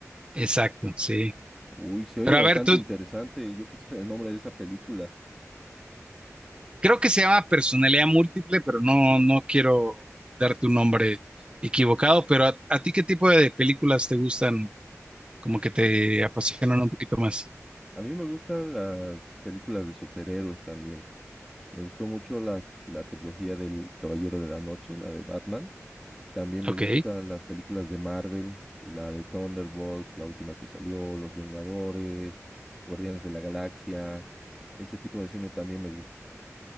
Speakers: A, on the right; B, in the centre.
A: Exacto, sí.
B: Uy, se oye
A: Pero
B: bastante
A: a ver, tú,
B: interesante. Yo quisiera el nombre de esa película.
A: creo que se llama personalidad múltiple, pero no, no quiero darte un nombre equivocado, pero a, a ti qué tipo de películas te gustan como que te apasionan un poquito más.
B: A mí me gustan las películas de superhéroes también. Me gustó mucho la, la trilogía del Caballero de la Noche, la de Batman. También me
A: Ok,
B: gustan las películas de Marvel, la de Thunderbolts, la última que salió, Los Vengadores, Guardianes de la Galaxia. Ese tipo de cine también me gusta.